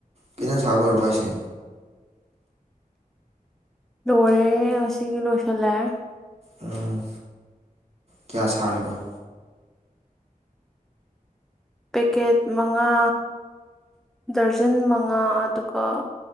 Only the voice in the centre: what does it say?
ꯂꯣꯢꯔꯦ ꯑꯁꯤꯒꯤ ꯂꯣꯢꯁꯜꯂꯦ
ꯄꯦꯀꯦꯠ ꯃꯉꯥ ꯗ꯭ꯔꯖꯟ ꯃꯉꯥ ꯑꯗꯨ ꯀꯣ